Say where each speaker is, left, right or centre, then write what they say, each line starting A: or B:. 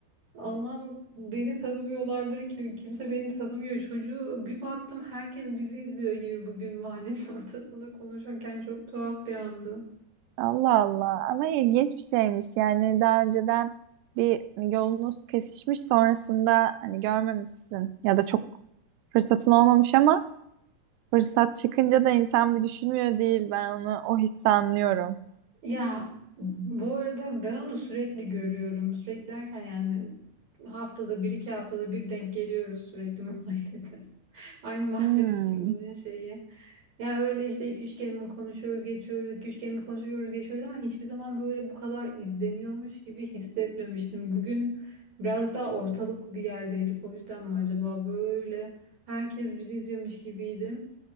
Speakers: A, on the right; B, on the right.
A: Allah'ım beni tanımıyorlardır ki kimse beni tanımıyor. Çocuğu bir baktım herkes bizi izliyor gibi bugün mahallenin <laughs> ortasında konuşurken çok tuhaf bir andı.
B: Allah Allah ama ilginç bir şeymiş yani daha önceden bir hani yolunuz kesişmiş sonrasında hani görmemişsin ya da çok fırsatın olmamış ama fırsat çıkınca da insan bir düşünmüyor değil ben onu o hissi anlıyorum.
A: Ya bu arada ben onu sürekli görüyorum. Sürekli derken yani haftada bir iki haftada bir denk geliyoruz sürekli <laughs> mahallede. Aynı mahallede
B: Hmm.
A: oturmanın şeyi. Ya öyle işte iki üç kelime konuşuyoruz geçiyoruz, iki üç kelime konuşuyoruz geçiyoruz ama hiçbir zaman böyle bu kadar izleniyormuş gibi hissetmemiştim. Bugün birazcık daha ortalık bir yerdeydik o yüzden mi acaba böyle herkes bizi izliyormuş gibiydi.